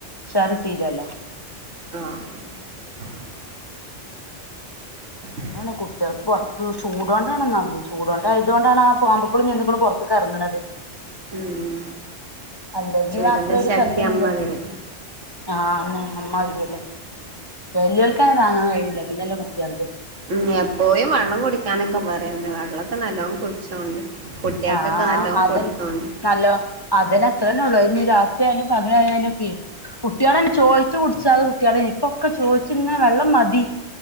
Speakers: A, on the left (about 20°); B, on the right (about 75°).
A: ഉഷാർ കിട്ടിലല്ലോ
B: ആഹ് <inaudible>
A: അതാണ് കുട്ടികൾക്ക് പൊറത്ത് ചൂടോണ്ടാനൊന്നാമത് ചൂടോണ്ടായതു കൊണ്ടാണ് ആഹ് പാമ്പപ്പുക്കുളും ജന്തുക്കുളും പൊറത്ത്ക്കറങ്ങണത്
B: ഉം
A: അല്ലെങ്കിൽ
B: ചൂടിന്റെ
A: അത്ര ഒരു
B: ശക്തി
A: ശല്യൊന്നുമില്ലല്ലോ
B: അമ്മാതിരി
A: ആഹ് അയന്നെ അമ്മാതിരില്ലേ വല്ല്യോക്കെന്നെ താങ്ങാൻ കഴിയിണില്ല പിന്നെല്ലേ കുട്ട്യാളത്
B: ഉം എപ്പോഴും വള്ളം കുടിക്കാനൊക്കെ പറയണ്ട് വള്ളൊക്കെ നല്ലോംകുടിച്ചോണ്ട് കുട്ടിയാക്കൊക്കെ
A: ആഹ്
B: നല്ലോം
A: ആഹ് അതന്നെ
B: കൊടുത്തോണ്ടി
A: നല്ലോ അതെന്നെ അത്രന്നെ ഉള്ളൂ അയിഞ്ഞി രാത്രി ആയാലും പകലായാലൊക്കെ കുട്ട്യാളെന്നെ
B: ഉം
A: ചോയിച്ചു കുടിച്ചാത കുട്ട്യാളെന്നു ഇപ്പൊക്കെ ചോയിച്ച്ങ്ങനെ വെള്ളം മതി